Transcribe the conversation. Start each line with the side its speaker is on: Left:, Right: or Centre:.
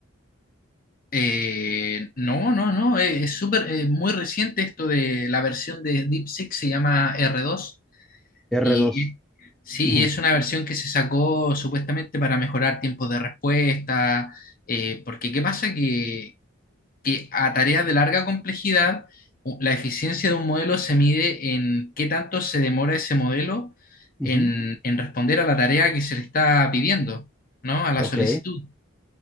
Left: eh, no, no, no, eh, es súper, eh, muy reciente esto de la versión de DeepSeek, se llama R2
Centre: r
Left: Y
Centre: dos,
Left: sí,
Centre: Ujú,
Left: es una versión que se sacó supuestamente para mejorar tiempos de respuesta, eh, porque ¿qué pasa? Que, que a tareas de larga complejidad, u- la eficiencia de un modelo se mide en qué tanto se demora ese modelo
Centre: ujú,
Left: en, en responder a la tarea que se le está pidiendo, ¿no? A la
Centre: Ok.
Left: solicitud.